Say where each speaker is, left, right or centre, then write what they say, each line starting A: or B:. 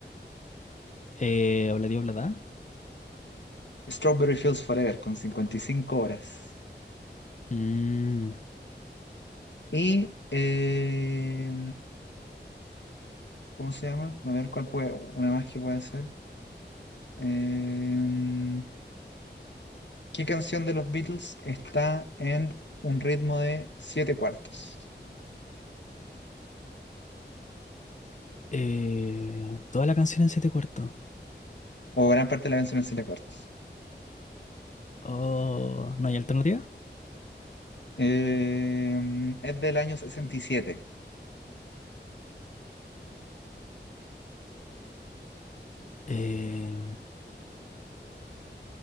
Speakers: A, on the left (about 40°); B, on the left (about 75°).
A: Eh, Obladí Oblada.
B: Strawberry Fields Forever, con 55 horas.
A: Mm,
B: Y, eh, ¿cómo se llama? A ver, ¿cuál puede, una más que puede ser? Eh, ¿qué canción de los Beatles está en un ritmo de 7 cuartos?
A: eh, toda la canción en siete cuartos.
B: O gran parte de la canción en 7 cuartos.
A: Oh, ¿no hay alternativa?
B: Em, es del año sesenta y siete
A: Eh,